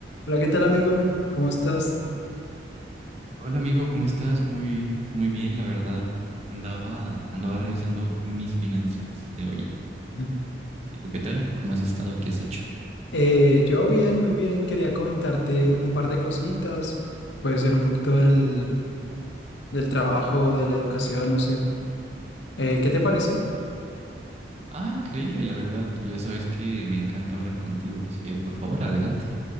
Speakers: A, on the left; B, on the right.
A: Hola, ¿qué tal amigo? ¿Cómo estás?
B: Hola amigo, ¿cómo estás? Muy, muy bien, la verdad. Andaba, andaba revisando mis finanzas de hoy.
A: Mm.
B: ¿Y tú qué tal? ¿Cómo has estado? ¿Qué has hecho?
A: Eh, yo bien, muy bien. Quería comentarte un par de cositas. Puede ser un poquito del, del trabajo, de la educación, no sé. Eh, ¿qué te parece?
B: Ah, increíble, la verdad. Tú ya sabes que me encanta hablar contigo, así que por favor, adelante,